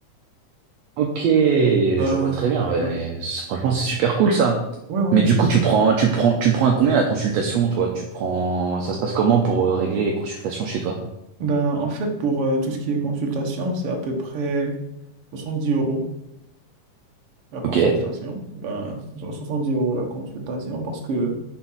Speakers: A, on the right; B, on the right.
A: Ok, je
B: Ben,
A: vois très bien.
B: ouais,
A: ouais. C'est- Franchement, c'est super cool ça.
B: ouais, ouais,
A: Mais
B: effectivement.
A: du coup, tu prends, tu prends, tu prends à combien la consultation, toi? Tu prends, ça se passe comment pour euh, régler les consultations chez toi?
B: Ben, en fait, pour euh, tout ce qui est consultation, c'est à peu près 70 euros la
A: Ok,
B: consultation. Ben, genre dix euros la consultation parce que